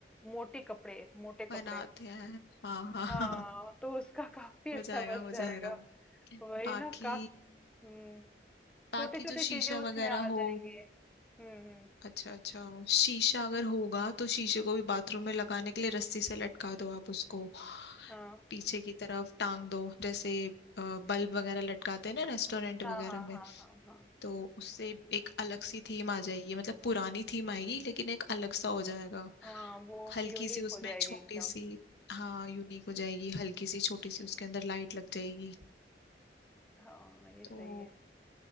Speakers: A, in the centre; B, on the left.
A: मोटी कपड़े मोटे कपड़े
B: बनाते हैं हाँ हाँ
A: हाँ
B: हाँ हाँ।
A: तो उसका <laughs> काफी
B: हो
A: अच्छा
B: जाएगा
A: बन
B: हो
A: जाएगा
B: जाएगा
A: वही
B: बाकी
A: ना का हम्म
B: बाकी
A: छोटी छोटी
B: जो शीशा
A: चीजें उसमें
B: वगैरह
A: आ
B: हो
A: जाएंगी हम्म हम्म
B: अच्छा अच्छा शीशा अगर होगा तो शीशे को भी बाथरूम में लगाने के लिए रस्सी से लटका दो आप उसको
A: हाँ
B: पीछे की तरफ टांग दो जैसे अ, बल्ब वगैरह लटकाते हैं ना रेस्टोरेंट
A: हाँ
B: वगैरह
A: हाँ
B: में
A: हाँ हाँ हाँ
B: तो उससे एक अलग सी थीम आ जाएगी मतलब पुरानी थीम आएगी लेकिन एक अलग सा हो जाएगा
A: हाँ वो
B: हल्की
A: यूनिक
B: सी उसमें
A: हो जाएगी
B: छोटी
A: एकदम
B: सी हाँ यूनिक हो जाएगी हल्की सी छोटी सी उसके अंदर लाइट लग जाएगी
A: हाँ ये सही
B: तो
A: है